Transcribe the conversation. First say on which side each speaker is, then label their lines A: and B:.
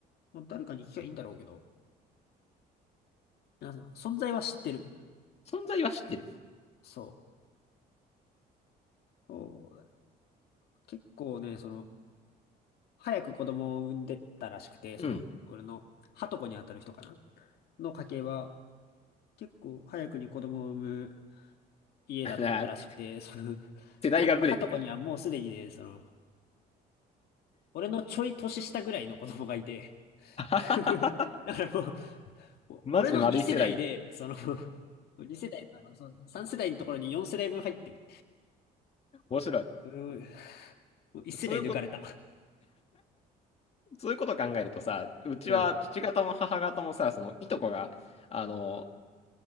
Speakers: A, on the left (about 70°); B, on the left (about 40°).
A: まあ誰かに聞きゃいいんだろうけど、あそう存在は知ってる。
B: 存在は知ってる。
A: そう。そうだ結構ね、その、早く子供を産んでったらしくて、その、
B: うん。
A: 俺の、はとこにあたる人かなの家系は、結構早くに子供を産む
B: <laughs>
A: 家だったらしくて、
B: あれ
A: その、
B: 世代がブレてる。
A: なんとはとこにはもうすでにね、その、俺のちょい年下ぐらいの子供がいて、
B: <laughs>
A: <laughs> だからもう、お俺の2世代で、
B: マジで丸い世代。
A: その、2世代かな、その3世代のところに4世代分入ってる。
B: 面白い。
A: うんもう1世代抜かれた。
B: そういうこと、そういうことを考えるとさ、うちは父方も母方もさ、
A: うん。
B: そのいとこが、あの、